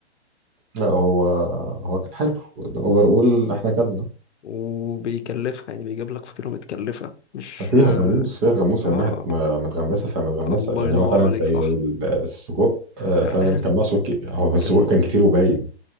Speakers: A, on the right; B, on the left.
A: لا هو هو كان حلو أوفر أول إحنا كنا
B: وبيكلفها يعني بيجيب لك فطيره متكلفه مش
A: فيها
B: اه
A: غموس فيها غموس
B: آه،
A: يعني من ناحية ما- متغمسة فمتغمسة
B: الله
A: يعني
B: ينور
A: هو فعلا
B: عليك
A: زي
B: صح
A: ال- السجق آه، فعلا
B: غرقانة
A: كان ناقصه ك- هو السجق
B: كان
A: كان كتير وباين